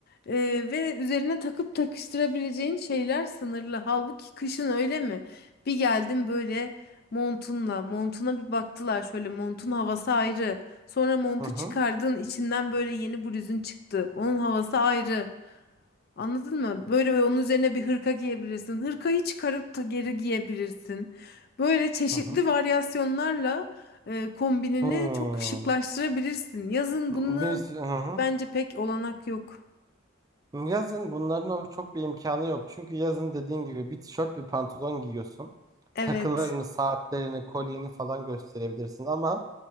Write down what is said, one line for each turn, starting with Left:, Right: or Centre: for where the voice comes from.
Left: eee, ve üzerine takıp takıştırabileceğin şeyler sınırlı. Halbuki kışın öyle mi? Bir geldim böyle montunla, montuna bir baktılar şöyle montun havası ayrı. Sonra montu
Right: hı hı,
Left: çıkardın, içinden böyle yeni bluzun çıktı. Onun havası ayrı. Anladın mı? Böyle onun üzerine bir hırka giyebilirsin. Hırkayı çıkarıp da geri giyebilirsin. Böyle çeşitli
Right: hı hı.
Left: varyasyonlarla e, kombinini
Right: Hmm.
Left: çok şıklaştırabilirsin. Yazın
Right: Bir
Left: bununla
Right: sürü, hı hı.
Left: bence pek olanak yok.
Right: Yazın bunların o çok bir imkanı yok. Çünkü yazın dediğin gibi bir tişört bir pantolon giyiyorsun.
Left: Evet.
Right: Takılarını, saatlerini, kolyeni falan gösterebilirsin ama